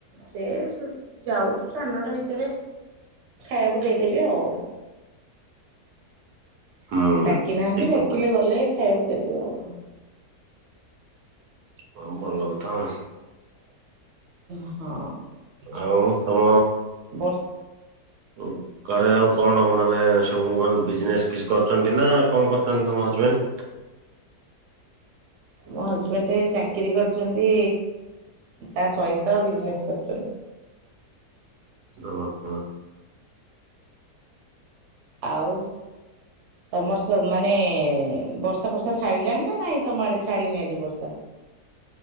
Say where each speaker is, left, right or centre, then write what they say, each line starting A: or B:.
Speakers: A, on the right; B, on the right.
A: ସେ ଯାଉଛୁ ସ଼େ ସାଡେ ନଅଟା ଭିତରେ। ଖାଇବାକୁ ଦେଇଦେବି ଆଉ।
B: ହୁଁ
A: ଡାକି ନାହାନ୍ତି
B: ଠିକ
A: ଡାକିଲେ
B: କଥା
A: ଗଲେ ଖାଇବାକୁ ଦେବି ଆଉ।
B: ହଁ ଭଲ କଥା ଆ।
A: ହଁ
B: ଆଉ ତମ
A: ବଷ
B: ଉଁ ଘରେ ଆଉ କଣ ମାନେ ସବୁ କଣ ବିଜନେସ କିଛି କରୁଛନ୍ତି ନା କଣ କରୁଛନ୍ତି ତମ ହଜବେଣ୍ଡ?
A: ମୋ ହଜବେଣ୍ଡ ଚାକିରିୀ କରିଛନ୍ତି ତା ସହିତ ବିଜନେସ କରୁଛନ୍ତି।
B: ଓ ହୋ।
A: ଆଉ ତମର ସ ମାନେ ବର୍ଷା ବର୍ଷା ଛାଡ଼ିଲାଣି ନା ନାଇଁ ତମ ଆଡ଼େ ଛାଡ଼ିନି ଆଜି ବର୍ଷା?